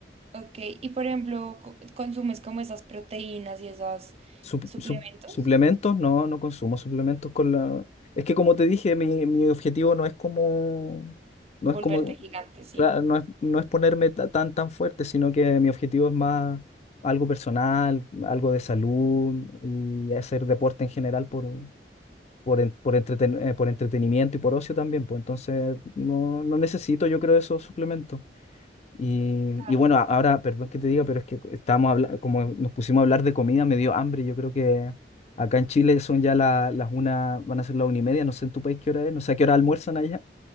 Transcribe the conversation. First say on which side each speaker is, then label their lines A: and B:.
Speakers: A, on the right; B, on the left.
A: Ok, y por ejemplo, co- ¿consumes como esas proteínas y esos
B: sup-
A: suplementos?
B: sup- suplementos, no, no consumo suplementos con la... Es que como te dije, mi, mi objetivo no es como, no
A: Volverte
B: es como,
A: gigante, sí.
B: cla- no es, no es ponerme ta- tan, tan fuerte, sino que mi objetivo es más algo personal, algo de salud y hacer deporte en general por, por, en- por, entreten- eh, por entretenimiento y por ocio también, pues entonces no, no necesito yo creo esos suplementos. Y,
A: Claro.
B: y bueno, a- ahora, perdón que te diga, pero es que estábamos habla- como nos pusimos a hablar de comida, me dio hambre. Yo creo que acá en Chile son ya la- las una, van a ser las una y media, no sé en tu país qué hora es, no sé a qué hora almuerzan allá.